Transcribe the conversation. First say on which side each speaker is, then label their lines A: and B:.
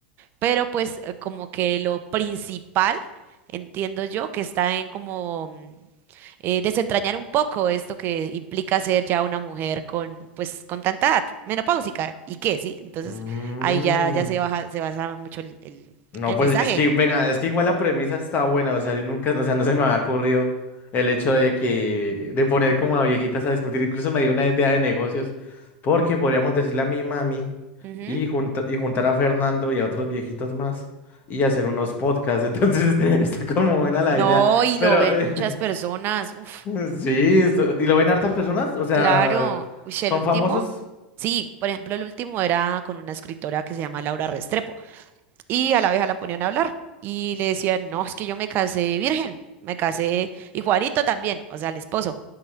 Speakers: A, on the right (about 45°); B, on the left (about 35°).
A: Pero pues eh, como que lo principal, entiendo yo, que está en como mm, eh, desentrañar un poco esto que implica ser ya una mujer con, pues, con tanta edad, menopáusica. ¿Y qué? Sí. Entonces
B: Mm,
A: ahí ya, ya se baja, se basa mucho el, el-
B: no,
A: el
B: pues
A: mensaje.
B: es que, venga, es que igual la premisa está buena, o sea, yo nunca, o sea, no se me ha ocurrido el hecho de que, de poner como a viejitas a discutir, incluso me dio una idea de negocios, porque podríamos decirle a mi mami
A: Ujú.
B: y, junta- y juntar a Fernando y a otros viejitos más y hacer unos podcasts, <laughs> entonces este, está como buena la
A: No,
B: idea,
A: y
B: pero
A: lo ven
B: eh,
A: muchas personas. Uf.
B: <laughs> sí, eso- ¿y lo ven hartas personas? O sea,
A: Claro, uy, sí,
B: ¿son
A: el último,
B: famosos?
A: sí, por ejemplo, el último era con una escritora que se llama Laura Restrepo y a la vieja la ponían a hablar y le decían, no, es que yo me casé virgen, me casé y Juanito también, o sea, el esposo.